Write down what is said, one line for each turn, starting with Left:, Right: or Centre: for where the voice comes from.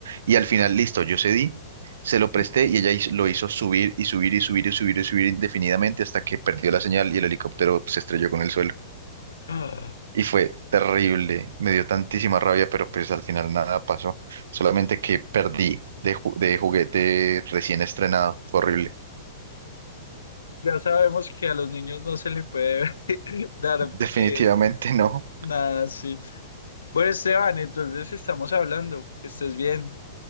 Right: Y al final, listo, yo cedí, se lo presté
Left: Ujú.
Right: y ella hizo- lo hizo subir y subir y subir y subir y subir indefinidamente hasta que perdió la señal y el helicóptero se estrelló con el suelo.
Left: Ah,
Right: Y fue terrible, me dio tantísima rabia, pero pues al final nada pasó, solamente que perdí de, ju- de juguete recién estrenado, fue horrible.
Left: Ya sabemos que a los niños no se les puede <laughs> dar
Right: Definitivamente
Left: eh,
Right: no.
Left: Nada, sí. Bueno, Esteban, entonces estamos hablando. Que estés bien.